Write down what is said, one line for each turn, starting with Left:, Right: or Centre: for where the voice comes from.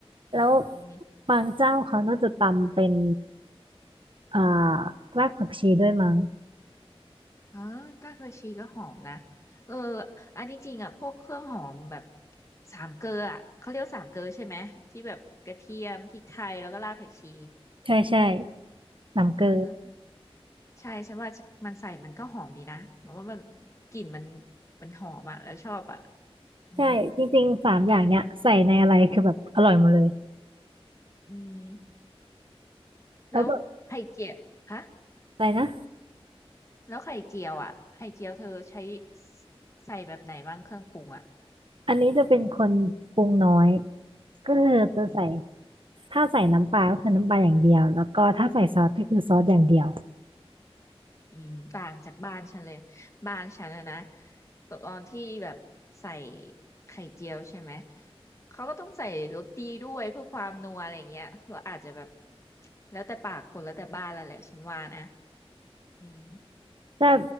Right: แล้ว
Left: อืม
Right: บางเจ้าเขาน่าจะตำเป็นอ่ารากผักชีด้วยมั้ง
Left: อ๋อรากผักชีก็หอมนะเอออันที่จริงอ่ะพวกเครื่องหอมแบบสามเกลืออ่ะเขาเรียกว่าสามเกลือใช่ไหมที่แบบกระเทียมพริกไทยแล้วก็รากผักชี
Right: ใช่ใช่น้ำเกลือ
Left: เออใช่ฉันว่ามันใส่มันก็หอมดีนะแบบว่ามันกลิ่นมันมันหอมอ่ะแล้วชอบอ่ะอืม
Right: ใช่จริงๆสามอย่างเนี้ยใส่ในอะไรคือแบบอร่อยหมดเลย
Left: อืม
Right: แล้วแบบ
Left: แล้วไข่เจียวฮะ
Right: อะไรนะ
Left: แล้วไข่เจียวอ่ะไข่เจียวเธอใช้ใส่แบบไหนบ้างเครื่องปรุงอ่ะ
Right: อันนี้จะเป็นคนปรุงน้อย ก็คือจะใส่
Left: อืม
Right: ถ้าใส่น้ำปลาก็คือน้ำปลาอย่างเดียวแล้วก็ถ้าใส่ซอสก็คือซอสอย่างเดียว
Left: อืมต่างจากบ้านฉันเลยบ้านฉันอะนะตอนที่แบบใส่ไข่เจียวใช่ไหมเขาก็ต้องใส่โรตีด้วยเพื่อความนัวอะไรเงี้ยเราอาจจะแบบแล้วแต่ปากคนแล้วแต่บ้านแล้วแหละฉันว่านะอืม
Right: แต่